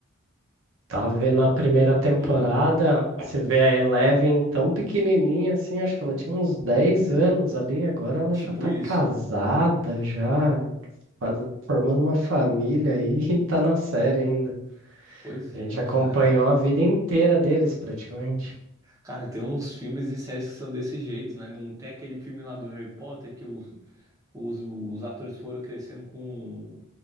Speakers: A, on the right (about 65°); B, on the right (about 15°).
A: Tava vendo a primeira temporada,
B: Hum,
A: você vê a Eleven tão pequenininha assim, acho que ela tinha uns 10 anos ali, agora ela
B: tipo
A: já tá
B: isso.
A: casada, já faz- formando uma família aí <laughs> e tá na série ainda.
B: Pois
A: A gente
B: é, cara.
A: acompanhou a vida inteira deles praticamente.
B: Cara, tem uns filmes e séries que são desse jeito, né? Não tem aquele filme lá do Harry Potter que o, Os, os atores foram crescendo com,